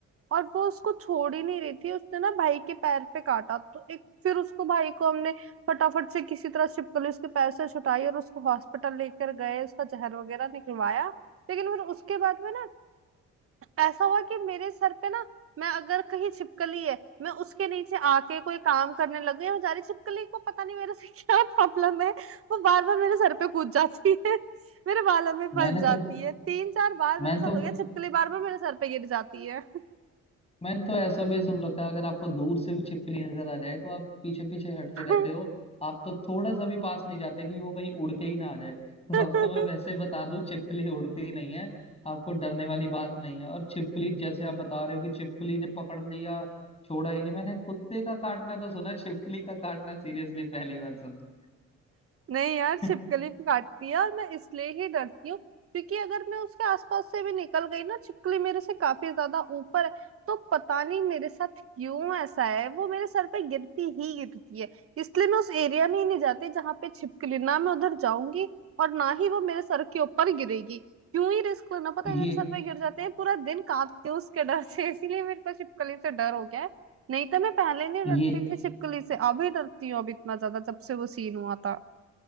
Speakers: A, on the right; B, on the left.
A: और वो उसको छोड़ ही नहीं रही थी उसने ना भाई के पैर पे काटा तो एक फिर उसको भाई को हमने फटाफट से किसी तरह छिपकली उसके पैर से छुटाई और उसको हॉस्पिटल लेकर गए उसका जहर वगैरह निकलवाया लेकिन फिर उसके बाद में ना ऐसा हुआ कि मेरे सर पे ना मैं अगर कहीं छिपकली है मैं उसके नीचे आके कोई काम करने लग गई और बेचारी छिपकली को पता नहीं मेरे से <laughs> क्या प्रॉब्लम है वो बार बार मेरे सर पे कूद जाती है मेरे बालों में
B: मैंने
A: फंस जाती
B: तो
A: है तीन चार बार
B: मैं
A: मेरे साथ
B: तो
A: हो गया छिपकली बार बार मेरे सर पे गिर जाती है
B: मैंने तो ऐसा भी सुन रखा है अगर आपको दूर से भी छिपकली नजर आ जाए तो आप पीछे पीछे हटते
A: <laughs>
B: रहते हो आप तो थोड़ा सा भी पास नहीं जाते कि वो कहीं उड़ के ही ना आ जाए तो
A: हाँ
B: आपको मैं वैसे बता दूं छिपकली उड़ती ही नहीं है आपको डरने वाली बात नहीं है और छिपकली जैसे आप बता रहे हो कि छिपकली ने पकड़ लिया छोड़ा ही नहीं मैंने कुत्ते का काटना तो सुना है, छिपकली का काटना सीरियसली पहली बार सुना
A: नहीं यार छिपकली
B: <laughs>
A: काटती है और मैं इसलिए ही डरती हूँ क्योंकि अगर मैं उसके आसपास से भी निकल गई ना छिपकली मेरे से काफी ज्यादा ऊपर है तो पता नहीं मेरे साथ क्यों ऐसा है वो मेरे सर पे गिरती ही गिरती है इसलिए मैं उस एरिया में ही नहीं जाती जहां पे छिपकली ना मैं उधर जाऊंगी और ना ही वो मेरे सर के ऊपर गिरेगी क्यों ही रिस्क लेना पता
B: ये
A: है मेरे सर पे गिर जाते हैं पूरा दिन कांपती हूँ उसके डर से इसीलिए मेरे को छिपकली से डर हो गया है नहीं तो मैं पहले नहीं
B: ये
A: डरती थी छिपकली से अभी डरती हूँ अब इतना ज्यादा जब से वो सीन हुआ था